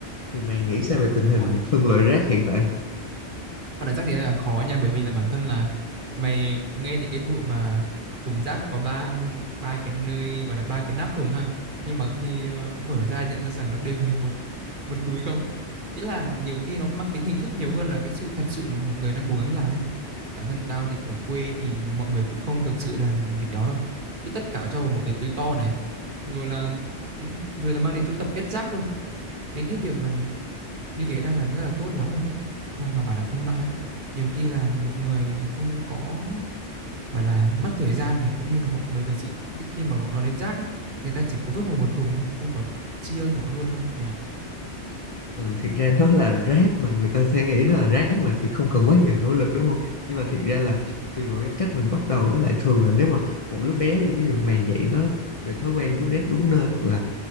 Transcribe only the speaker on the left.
thì mày nghĩ sao
về tình
hình
phân loại rác hiện tại
Ừ, thiệt ra nó là rác mà người ta sẽ nghĩ nó là rác mà thì không cần quá nhiều nỗ lực đúng không? Nhưng mà thiệt ra là tùy vào cái cách mình bắt đầu với lại thường là nếu mà một đứa bé đi ví dụ mày dạy nó về thói quen vứt rác đúng nơi hoặc là